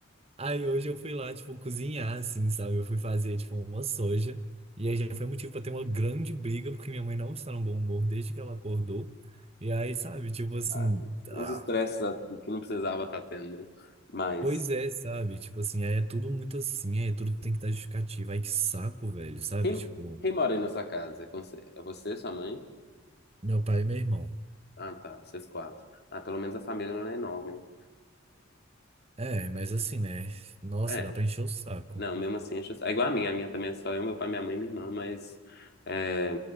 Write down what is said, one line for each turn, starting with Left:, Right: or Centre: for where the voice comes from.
Right: Aí hoje eu fui lá, tipo, cozinhar, assim, sabe? Eu fui fazer, tipo, uma soja. E aí já foi motivo pra ter uma grande briga, porque minha mãe não está num bom humor desde que ela acordou. E aí, sabe, tipo assim,
Left: Ah,
Right: ah,
Left: Uns estresses que não precisava estar tendo, né? Mas.
Right: pois é, sabe? Tipo assim, aí é tudo muito assim, aí tudo tem que dar justificativa. Ai, que saco, velho, sabe?
Left: Quem,
Right: Tipo,
Left: quem mora aí na sua casa? É com você? É você, sua mãe?
Right: meu pai e meu irmão.
Left: Ah, tá. Vocês quatro. Ah, pelo menos a família não é enorme, né?
Right: É, mas assim, né? Nossa,
Left: É, é.
Right: dá pra encher o saco.
Left: Não, mesmo assim, acho... é igual a minha. A minha também é só eu, meu pai, minha mãe e minha irmã, mas. É,